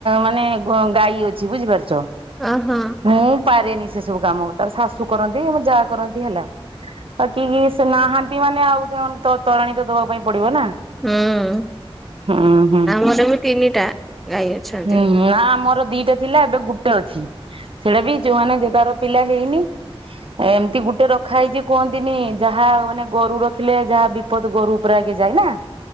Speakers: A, on the right (about 65°); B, in the centre.
A: ମାନେ ଗ ଗାଈ ଅଛି ବୁଝିପାରୁଛ?
B: ଅ ହଁ।
A: ମୁଁ ପାରେନି ସେ ସବୁ କାମ ତାର ଶାଶୁ କରନ୍ତି ଆମ ଯାଆ କରନ୍ତି ହେଲା ତ କିଏ କିଏ ସ୍ ନାହାନ୍ତି ମାନେ ଆଉ ଜନ ତ-ତୋରାଣି ତ ଦବା ପାଇଁ ପଡିବ ନା।
B: ହୁଁ
A: ହୁଁ ହୁଁ
B: ଆମର ବି ତିନିଟା ଗାଈ ଅଛନ୍ତି।
A: ହୁଁ ନା ଆମର ଦିଟା ଥିଲା ଏବେ ଗୁଟେ ଅଛି ସେଟା ବି ଯୋଉ ମାନେ ଯେ ତାର ପିଲା ହେଇନି। ଏମିତି ଗୁଟେ ରଖା ହେଇଛି କୁହନ୍ତିନି। ଯାହା ମାନେ ଗୋରୁ ରଖିଲେ ଯାହା ବିପଦ ଗୋରୁ ଉପରେ ଆଗେ ଯାଏ ନା।